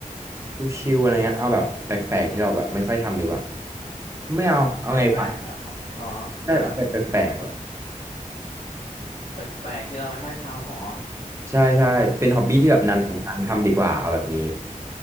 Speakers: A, on the right; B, on the left.
A: ชิวๆอะไรเงี้ยเอาแบบแปลกๆที่เราแบบไม่ค่อยทำดีกว่าไม่เอาเอาไงวะ
B: แปลกๆเหรออ๋ออ่า
A: ได้เอาแบบแปลกๆแบบ
B: แปลกๆที่เราไม่ค่อยทำหมอ
A: ใช่ใช่เป็นฮ็อบบี้ที่แบบนานๆครั้งทำดีกว่าเอาแบบนี้
B: อันนี้